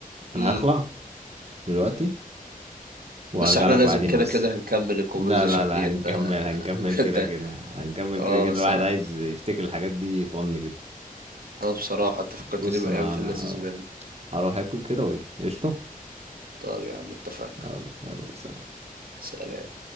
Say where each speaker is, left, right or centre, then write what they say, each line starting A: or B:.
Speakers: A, on the right (about 45°); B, on the right (about 85°).
A: انا
B: امم
A: هخلع دلوقتي وهرجع
B: بس احنا
A: لك
B: لازم
A: بعدين
B: كده
A: بس
B: كده هنكمل الكونفرزيشن
A: لا لا لا
B: دي
A: هنكمل
B: انت
A: هنكمل
B: <laughs>
A: كده
B: ده
A: كده هنكمل
B: اه
A: كده كده
B: الصراحة
A: الواحد عايز يفتكر الحاجات دي فن جدا
B: اه بصراحة انت فكرتني
A: بص
B: بأيام
A: انا
B: في
A: انا
B: اللذيذ منه
A: هروح اكل كده واجي قشطة
B: طب يا عم اتفقنا
A: يلا يلا سلام
B: سلام